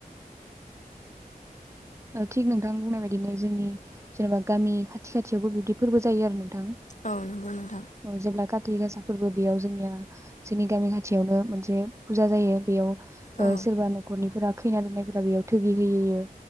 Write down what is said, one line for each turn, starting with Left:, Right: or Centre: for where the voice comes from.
Right: अ थिग नोंथां बुंनाय बायदिनो जोंनि जेनेबा गामि खाथि खाथियावबो बिबदि फोरबो जायो आरो नों। थां
Left: औ नंगौ नोंथां
Right: औ जेब्ला काति गासा फोरबो बेयाव जोंनिया जोंनि गामि खाथियावनो मोनसे फुजा जायो बेयाव।
Left: औ
Right: सोरबा न'खरनिफोरा खैना दोननायफोरारा बेयाव थोैयो। हैयो